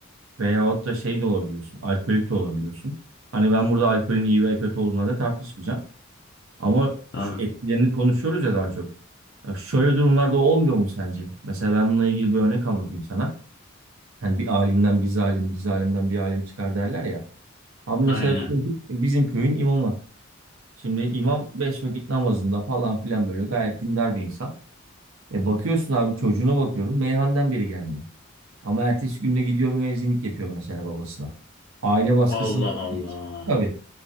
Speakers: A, on the right (about 75°); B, on the left (about 50°).
A: Veyahut da şey de olabiliyorsun. Alkolik de olabiliyorsun. Hani ben burada alkolün iyi veya kötü olduğuna da tartışmayacağım. Ama
B: Tabii.
A: şu etkilerini konuşuyoruz ya daha çok. Ya şöyle durumlarda olmuyor mu sence? Mesela ben bununla ilgili bir örnek anlatayım sana. Hani bir alimden bir zalim, bir zalimden bir alim çıkar derler ya. Abi mesela
B: Aynen.
A: çocuk bizim köyün imamı. Şimdi imam beş vakit namazında falan filan böyle gayet dindar bir insan. E bakıyorsun abi çocuğuna bakıyorum meyhaneden biri gelmiyor. Ama ertesi günde gidiyor müezzinlik yapıyor mesela babasına. Aile baskısını
B: Allah
A: da biliyorsun.
B: Allah.
A: Tabii.